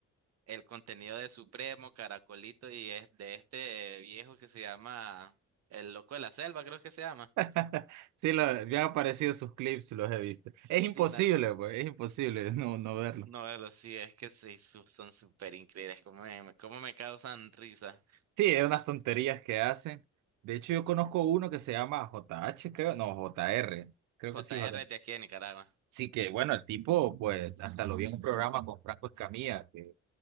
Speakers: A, on the right; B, on the right.
A: el contenido de Supremo, Caracolito y es de este viejo que se llama El Loco de la Selva, creo que se llama.
B: <laughs> Sí, lo- me han aparecido sus clips, los he visto. Es
A: Sí,
B: imposible, pues, es imposible <laughs> no, no verlo.
A: No, pero sí, es que sí, su- son súper increíbles. ¿Cómo me, cómo me causan risa?
B: Sí, es unas tonterías que hacen. De hecho, yo conozco uno que se llama JH, creo, no, J R, creo
A: JR
B: que sí, JR.
A: es de aquí de Nicaragua.
B: Sí, que bueno, el tipo, pues, hasta lo vi en un programa con Franco Escamilla, que